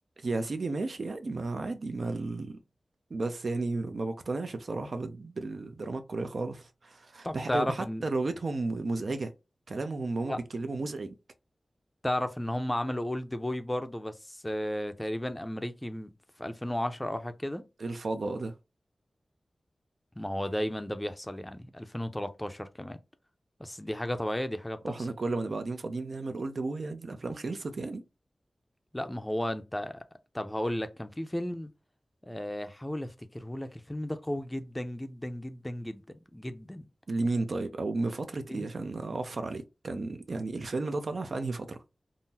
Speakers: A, on the right (about 80°); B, in the centre.
A: يا سيدي ماشي يعني ما عادي ما ال... بس يعني ما بقتنعش بصراحة بال- بالدراما الكورية خالص
B: طب
A: بح...
B: تعرف
A: وحتى
B: ان
A: لغتهم مزعجة كلامهم هما
B: لا
A: بيتكلموا مزعج
B: تعرف ان هم عملوا اولد بوي برضو بس آه، تقريبا امريكي في 2010 او حاجة كده
A: إيه الفضاء ده
B: ما هو دايما ده بيحصل يعني 2013 كمان بس دي حاجة طبيعية دي حاجة بتحصل
A: هو احنا كل ما نبقى قاعدين فاضيين نعمل اولد بوي يعني الافلام خلصت يعني
B: لا ما هو انت طب هقول لك كان في فيلم آه، حاول افتكره لك الفيلم ده قوي جدا جدا جدا جدا جدا
A: لمين طيب او من فترة
B: ايه
A: ايه عشان اوفر عليك كان يعني الفيلم ده طالع في انهي فترة